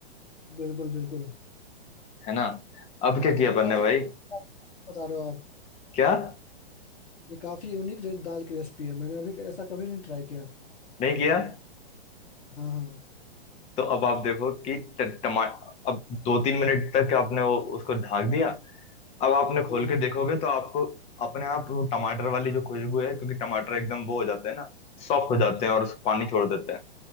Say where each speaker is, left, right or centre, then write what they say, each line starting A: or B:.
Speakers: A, on the left; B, on the left.
A: बिल्कुल बिल्कुल ये
B: है ना अब क्या किया
A: तो
B: अपन ने
A: काफी
B: भाई
A: बता रहे हो आप
B: क्या
A: ये काफी यूनिक दाल की रेसिपी है मैंने अभी ऐसा कभी नहीं ट्राई किया
B: नहीं किया
A: हाँ हाँ
B: तो अब आप देखो कि ट- टमा अब दो तीन मिनट तक आपने वो उसको ढाक दिया अब आपने खोल
A: हाँ
B: के देखोगे तो आपको अपने आप वो टमाटर वाली जो खुशबू है क्योंकि टमाटर एकदम वो हो जाते हैं ना सॉफ्ट हो जाते हैं और उस पानी छोड़ देते हैं